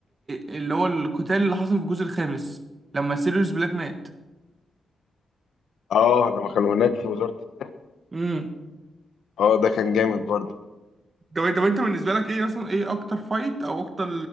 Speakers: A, on the right; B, on the left.
A: اللي هو القتال اللي حصل في الجزء الخامس لما سيريوس بلاك مات
B: اه لما كانوا هناك في وزارة الصحة
A: امم
B: اه ده كان جامد برضه
A: طب طب انت بالنسبه لك ايه مثلا ايه اكتر فايت او اكتر